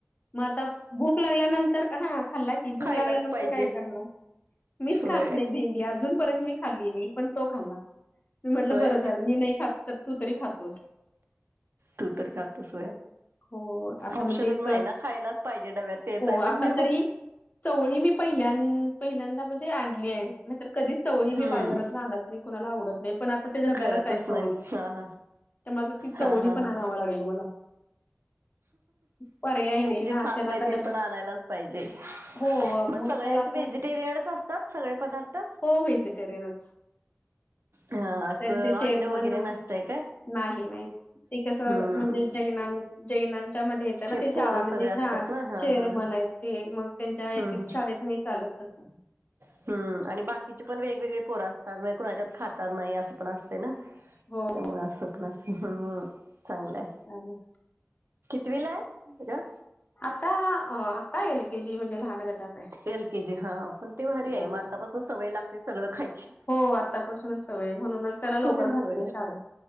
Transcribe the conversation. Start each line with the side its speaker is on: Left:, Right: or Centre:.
Left: मग आता भूक लागल्यानंतर का खाल्लाय ती भूक
Right: खायलाच
Left: लागल्यानंतर
Right: पाहिजे
Left: काय करण मीच
Right: होय
Left: खात नाही भेंडी अजूनपर्यंत मी खाल्ली नाही पण तो खाल्ला मी म्हटलं
Right: होय
Left: बरं झालं मी नाही खात तर तू तरी खातोस.
Right: तू तर खातोस
Left: हो आता
Right: ऑप्शनच
Left: मग तेच
Right: नाही ना खायलाच पाहिजे डब्यात तेच
Left: हो
Right: आहे
Left: आता
Right: म्हणणेवर.
Left: तरी चवळी मी पहिल्यांद पहिल्यांदा म्हणजे आणली आहे नाहीतर कधीच चवळी मी
Right: हम्म
Left: बाजारातून आणत नाही. कोणाला आवडत नाही पण आता ते धब्याला
Right: करतच
Left: जायचं
Right: नाही
Left: हो
Right: हा हा
Left: त्या म चवळी
Right: हा हा
Left: पण
Right: हा
Left: आणाव लागली मला. पर्याय नाही ना
Right: जे खातलंय
Left: त्याला आता
Right: ते
Left: डबल
Right: पण आणायलाच पाहिजे.
Left: हो
Right: मग सगळे
Left: त्याला
Right: असे
Left: आता
Right: व्हेजिटेरियनच असतात सगळे पदार्थ?
Left: हो व्हेजिटेरियनच
Right: हा असं
Left: त्यांचे चेरमन
Right: अंड वगैरे नसतंय काय
Left: नाही. ते कस म्हणजे
Right: हम्म
Left: जैना जैनांच्या मध्ये येत
Right: चे
Left: ना ते शाळामध्ये
Right: पोरं सगळे असतात
Left: हा
Right: ना हा
Left: चेअरमन
Right: हा हा
Left: आहेत ते मग त्यांच्या एक
Right: हम्म हम्म
Left: एक शाळेत नाही चालत तस.
Right: हम्म आणि बाकीची पण वेगवेगळे पोरं असतात मग कुणाच्यात खातात नाही असं पण असते ना त्यामुळे
Left: हो
Right: असत न हम् चांगलंय.
Left: ह ना
Right: कितवीला आहे?
Left: आता आता एल के जी म्हणजे लहान गटात आहे
Right: एल के जी हा पण ते भारी
Left: अम्
Right: आहे मग आतापासून सवय लागते सगळं खायची
Left: हो आत्तापासूनच सवय म्हणूनच त्याला लोकर
Right: होय
Left: घातली शाळेेत